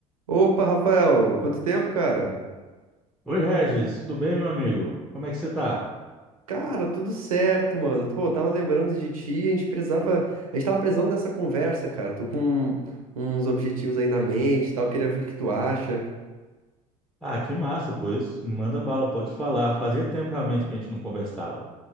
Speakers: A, on the right (about 75°); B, in the centre.
A: Opa, Rafael, quanto tempo, cara?
B: Oi, Regis, tudo bem, meu amigo? Como é que você tá?
A: Cara, tudo certo, mano. Pô, eu tava lembrando de ti, a gente precisava, a gente tava precisando dessa conversa, cara. Tô com uns objetivos aí na mente, e tal, queria ver o que tu acha.
B: Ah, que massa, pois. Manda bala, pode falar. Fazia tempo realmente que a gente não conversava.